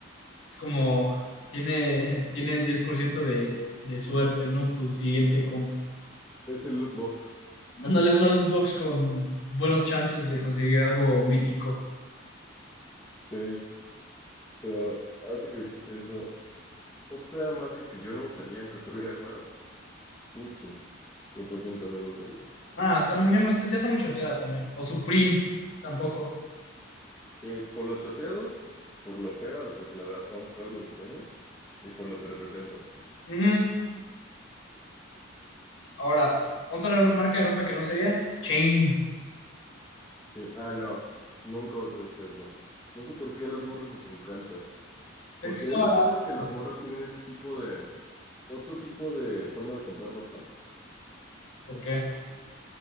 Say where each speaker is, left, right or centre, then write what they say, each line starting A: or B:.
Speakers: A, on the left (about 65°); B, on the left (about 20°).
A: Es como, tiene, tiene 10% de, de suerte, ¿no? Tu siguiente compra.
B: Es el loot box.
A: Dándole una loot box con buenos chances de conseguir algo mítico.
B: Sí, pero ahorita que dijiste eso, otra marca que yo no usaría aunque tuviera el varo, Gucci. cien por ciento no lo usaría.
A: Ah, está muy, ya, mu- ya está muy choteada también. O Supreme, tampoco.
B: Sí, por lo choteado, por lo feo, la- porque la verdad son feos los diseños y por lo que representa.
A: Ujú. Ahora, otra marca de ropa que no sería Chain.
B: Sí. Ah, no, nunca usé eso. No sé por qué a las morras les encanta. Porque
A: Es que está
B: has
A: barato.
B: notado que las morras tienen ese tipo de, otro tipo de forma de comprar ropa.
A: ¿Por qué?